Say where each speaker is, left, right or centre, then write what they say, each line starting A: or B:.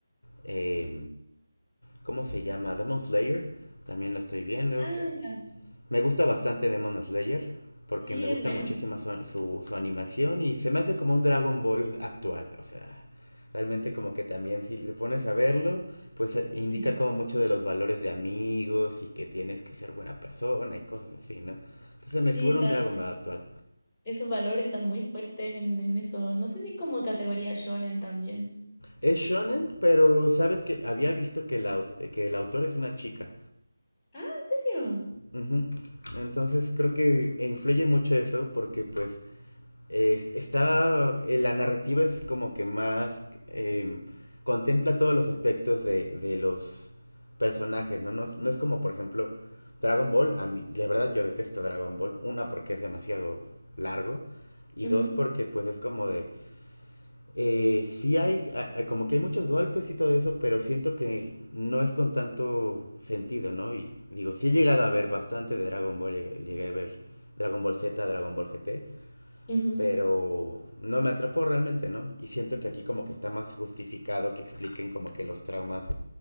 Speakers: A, on the left (about 80°); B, on the left (about 15°).
A: eh, ¿cómo se llama? Demon Slayer, también lo estoy viendo.
B: Ah, ya.
A: Me gusta bastante Demon Slayer, porque
B: Sí,
A: me gusta
B: es bueno.
A: muchísimo su, su, su, animación y se me hace como un Dragon Ball actual, o sea, realmente como que también si te pones a verlo, pues indica
B: Sí.
A: como mucho de los valores de amigos y que tienes que ser buena persona y cosas así, ¿no? Entonces me
B: Sí,
A: figura
B: está,
A: un Dragon Ball actual.
B: esos valores están muy fuertes en, en esos. No sé si como categoría shonen también.
A: Es shonen, pero sabes que había visto que el, au- que el autor es una chica.
B: Ah, ¿en serio?
A: Ujú. Entonces creo que influye mucho eso porque pues es- está eh, la narrativa es como que más em, contempla todos los aspectos de, de los personajes, ¿no? No, es- no es como por ejemplo Dragon Ball, a mí, la verdad yo detesto Dragon Ball, una porque es demasiado largo y
B: Ujú,
A: dos porque pues es como de Eh, sí hay, a- a- como que hay muchos golpes y todo eso, pero siento que no es con tanto sentido, ¿no? Y digo, sí he llegado a ver bastante de Dragon Ball, llegué, llegué a ver Dragon Ball Z, Dragon Ball GT,
B: ujú.
A: pero no me atrapó realmente, ¿no? Y siento que aquí como que está más justificado que expliquen como que los traumas